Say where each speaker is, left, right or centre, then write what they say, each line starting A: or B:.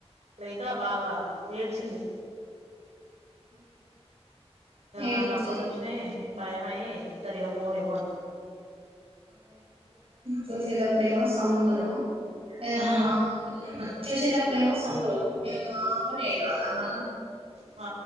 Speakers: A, on the right (about 75°); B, on the right (about 60°).
A: లేక బాగా ఏడ్చింది
B: ఏడుతాయి
A: నాకు అప్పుటి నుంచి భయమయి సరిగా ఫోన్ ఇవ్వన్
B: చేసేటప్పుడు ఏమో సంబురం ఏదన్నా
A: ఆ
B: చూసేటప్పుడు ఏమో సంబ్రం ఏనాన ఎడవల్లా మళ్ళా
A: ఆ